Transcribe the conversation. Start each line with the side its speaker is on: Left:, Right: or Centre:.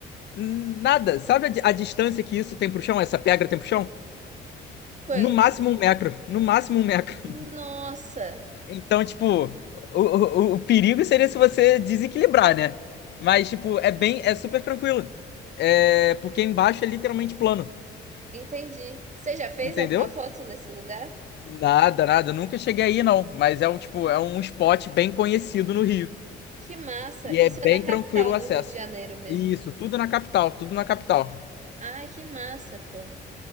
Left: nada. Sabe a, di- a distância que isso tem pro chão? Essa pedra tem pro chão?
Right: Quanto?
Left: No máximo um metro. No máximo um metro.
Right: Nossa,
Left: <laughs> Então, tipo, o, o, o perigo seria se você desequilibrar, né? Mas, tipo, é bem, é super tranquilo. É, porque embaixo é literalmente plano,
Right: entendi. Você já fez
Left: entendeu?
Right: alguma foto nesse lugar?
Left: Nada, nada. Eu Nunca cheguei aí, não. Mas é um, tipo,
Right: Ah,
Left: é um spot bem conhecido no Rio.
Right: que massa!
Left: E
Right: Isso
Left: é bem
Right: é na capital
Left: tranquilo o
Right: do
Left: acesso.
Right: Rio de Janeiro mesmo.
Left: Isso, tudo na capital, tudo na capital.
Right: Ah, que massa, pô.